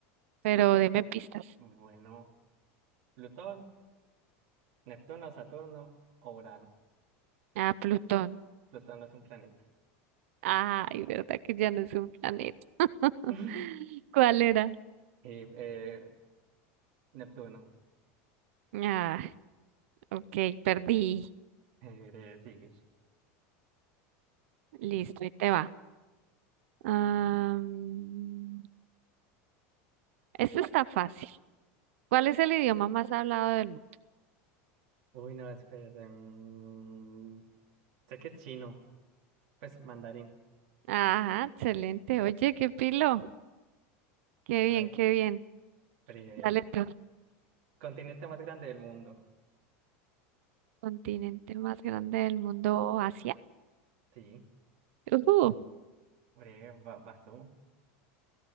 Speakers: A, on the right (about 75°); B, on the right (about 60°).
A: Pero deme pistas.
B: Bueno, Plutón, Neptuno, Saturno o Urano.
A: Ah, Plutón.
B: Plutón no es un planeta.
A: Ay, verdad que ya no es un planeta. <laughs>
B: <laughs>
A: ¿Cuál era?
B: Y, eh, Neptuno. <laughs>
A: Ah, ok, perdí.
B: Eh, breve, sigue.
A: Listo, ahí te va. Am, este está fácil. ¿Cuál es el idioma más hablado del mundo?
B: Uy, no, espérate. mm, sé que es chino. Pues mandarín.
A: Ajá, excelente. Oye, qué pilo. Qué
B: A
A: bien,
B: ver.
A: qué bien.
B: breve.
A: Dale tú.
B: Continente más grande del mundo.
A: Continente más grande del mundo, Asia.
B: Sí,
A: Ujú.
B: Breve, va- vas tú.